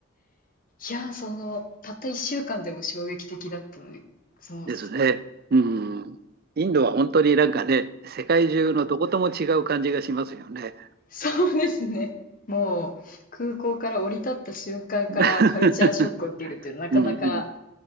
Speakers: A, on the left (about 40°); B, on the right (about 45°).
A: いや、その、たった一週間でも衝撃的だったので、その、
B: ですね。うん。インドは本当になんかね、世界中のどことも違う感じがしますよね。
A: そうですね。もう、空港から降り立った瞬間からカルチャーショックを受けるっていうのはなかなか
B: <laughs> うんうん。